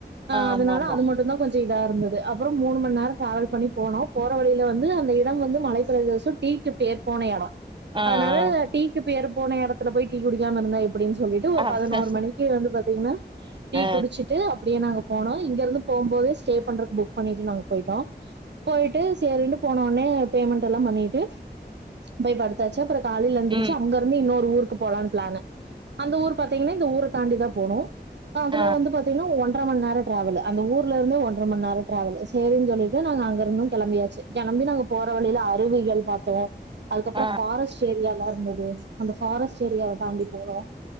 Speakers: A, on the right; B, on the right.
A: ஆ அதுனால
B: ஆமா ஆமா
A: அது மட்டுதா கொஞ் ச இதா இருந்தது அப்புறம் மூணு மணி நேர ட்ராவல் பண்ணி போனோ போற வழில வந்து அந்த இடம் வந்து மலைப்பிரதேச டீக்கு பேர் போன எடம்
B: ஆ ஆ
A: அதுனால டீக்கு பேர் போன எடத்துல போன டீ குடிக்காம இருந்தா எப்புடின் சொல்லிட்டு ஒரு
B: அத
A: பதினோரு மணிக்கு வந்து பாத்தீங்கனா டீ
B: ஆ
A: குடிச்சிட்டு அப்டியே நாங்க போனோ இங்கெருந்து போம் போதே ஸ்டே பண்றக்கு புக் பண்ணிட்டு நாங்க போயிட்டோ போயிட்டு சேரின்டு போன ஒன்னே பேமெண்ட் எல்லா பண்ணிட்டு போய் படுத்தாச்சு அப்புற காலில எந்திரிச்சு
B: ம்
A: அங்கருந்து இன்னோ ரு ஊருக்கு போலான் ப்ளானு அந்த ஊர் பாத்தீங்கனா இந்த ஊர தாண்டிதா போனு த அதுல
B: ஆ
A: வந்து பாத்தீங்னா ஒன் ன்ற‌ மண் நேர ட்ராவல் அந்த ஊர்லருந்து ஒன்றர மன் நேர ட்ராவல் சேரின் சொல்லிட்டு நாங்க அங்கருந்து கெளம்பியாச்சு கெளம்பி நாங்க போற வழில அருவிகள் பாத்தோ அதுக்கப்றொ
B: ஆ
A: ஃபாரஸ்ட் ஏரியால ந்தது அந்த ஃபாரஸ்ட் ஏரியாவ தாண்டி போனு